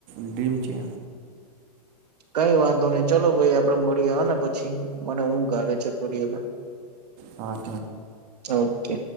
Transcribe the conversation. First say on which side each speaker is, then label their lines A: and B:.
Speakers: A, on the right; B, on the right.
A: ડ્રીમ છે.
B: કઈ વાંધો નહી ચલો ભાઈ આપડે મળી આવ ને પછી મને હું ગલે છે થોડી હ
A: હા-
B: ઓકે